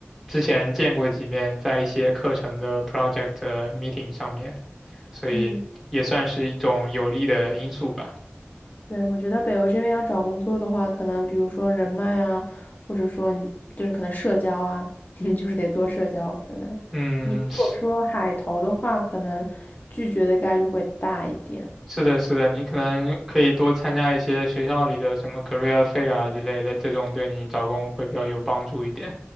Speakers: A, in the centre; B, on the left.
A: 之前见过几面，在一些课程的 project meeting 上面，所以也算是一种有利的因素吧。
B: 嗯，对，我觉得北欧这边要找工作的话，可能比如说人脉啊，或者说你就是可能社交啊，<laughs> 你就是得多社交。可能你如果说海投的话，
A: 嗯，是
B: 可能拒绝的概率会大一点。
A: 是的，是的，你可能可以多参加一些学校里的什么 career fair 啊之类的，这种对你找工会比较有帮助一点。